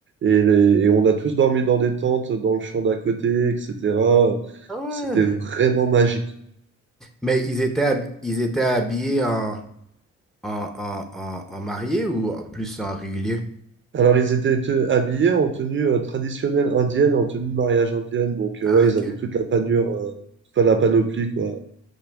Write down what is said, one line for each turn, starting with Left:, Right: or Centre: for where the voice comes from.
Right: et, les- et on a tous dormi dans des tentes, dans le champ d'à côté, etc.
Centre: Ah ouais.
Right: C'était vraiment magique.
Centre: Mais ils étaient, hab- ils étaient habillés en, en, en, en, en mariés ou en plus en régulier?
Right: Alors, ils étaient te- habillés en tenue euh, traditionnelle indienne, en tenue de mariage indienne. Donc, euh,
Centre: Ah,
Right: ouais, ils
Centre: ok.
Right: avaient toute la panure, euh, enfin, la panoplie, quoi.